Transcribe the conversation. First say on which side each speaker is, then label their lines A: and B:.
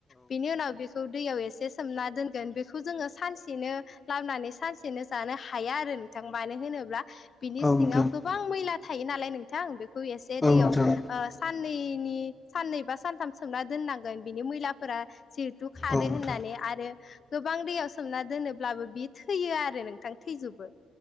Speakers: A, on the left; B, on the left.
A: बिनि उनाव बेखौ दैयाव एसे सोमना दोनगोन बेखौ जोङो सानसेनो लाबोनानै सानसेनो जानो हाया आरो नोंथां मानो होनो ब्ला बिनि
B: औ नोंथां
A: सिङाव गोबां मैला थायो नालाय नोंथां बेखौ एसे
B: औ
A: दैयाव
B: नोंथां औ नोंथां औ नोंथां औ नोंथां औ नोंथां औ नोंथां औ नोंथां औ नोंथां औ नोंथां औ नोंथां
A: ओ साननै दैनि साननै बा सानथाम सोमना दोननांगोन बिनि मैलाफोरा जिहेथु खारो
B: औ नोंथां
A: होननानै आ ओ गोबां दैयाव सोमना दोनोब्लाबो बे थैयो आरो नोंथां थैजोबो